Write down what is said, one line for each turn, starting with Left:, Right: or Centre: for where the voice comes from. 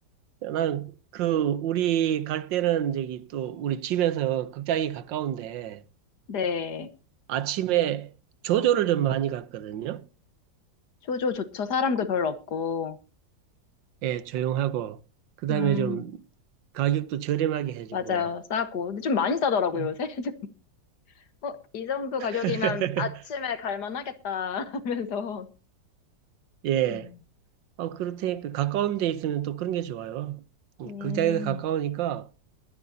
Right: 나는 그, 우리 갈 때는 저기 또 우리 집에서 극장이 가까운데
Left: 네.
Right: 아침에 조조를 좀 많이 갔거든요.
Left: 쇼조조죠 사람도 별로 없고.
Right: 예, 조용하고, 그 다음에
Left: 음,
Right: 좀 가격도 저렴하게 해주고,
Left: 맞아요. 싸고. 근데 좀 많이 싸더라고요,
Right: 예.
Left: 요새. <laughs> 어, 이 정도 가격이면
Right: <laughs>
Left: 아침에 갈만 하겠다 <laughs> 하면서.
Right: 예.
Left: 음,
Right: 어, 그렇다니까 가까운 데 있으면 또 그런 게 좋아요. 음,
Left: 음.
Right: 극장에서 가까우니까